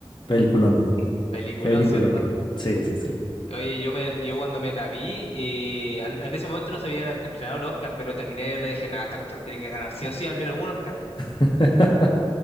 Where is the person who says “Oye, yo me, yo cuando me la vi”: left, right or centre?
Left